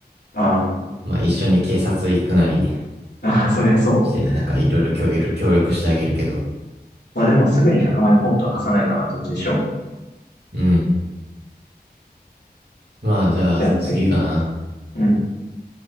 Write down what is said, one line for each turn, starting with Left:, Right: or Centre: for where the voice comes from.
Left: あ
Right: まあ一緒に警察行くなり
Left: あ、あそりゃそう。
Right: して、なんかいろいろ協力協力してあげるけど。
Left: まあでもすぐに100万円ポンとは貸さないかな、どっちにしろ。
Right: うん。まあじゃあ次かな。
Left: じゃあ次。うん。